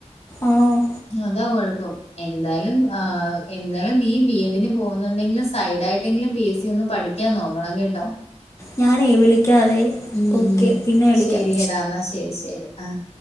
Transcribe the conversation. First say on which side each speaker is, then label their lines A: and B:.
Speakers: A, on the left (about 25°); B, on the left (about 65°).
A: ആഹ്
B: അതാ കുഴപ്പം എന്തായാലും ആ്ഹ് എന്തായാലും നീ ബി എഡിന് പോകുന്നുണ്ടെങ്കില് സൈഡ് ആയിട്ടെങ്കിലും പി എസ് സി ഒന്ന് പഠിക്ക ക്കാൻ നോക്കണം കേട്ട
A: ഞാനേ വിളിക്കാവേ
B: ഉമ്
A: ഓക്കെ പിന്നെ വിളിക്കാം
B: ശരി എടാ എന്നാ ശരി ശരി ആഹ്